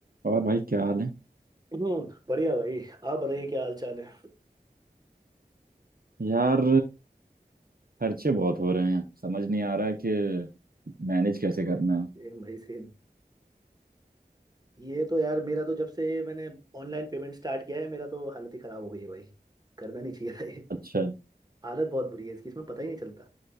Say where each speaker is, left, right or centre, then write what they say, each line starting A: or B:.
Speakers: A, on the right; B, on the right.
A: और भाई क्या हाल है
B: हम्म, बढ़िया भाई आप बताइए क्या हाल चाल है
A: यार खर्चे बहुत हो रहे हैं समझ नहीं आ रहा कि मैनेज कैसे करना है
B: सेम भाई सेम ये तो यार मेरा तो जब से मैंने ऑनलाइन पेमेंट स्टार्ट किया है मेरा तो हालत ही खराब हो गई है भाई करना नहीं चाहिए था ये
A: अच्छा
B: हालत बहुत बुरी है इसकी इसमें पता ही नहीं चलता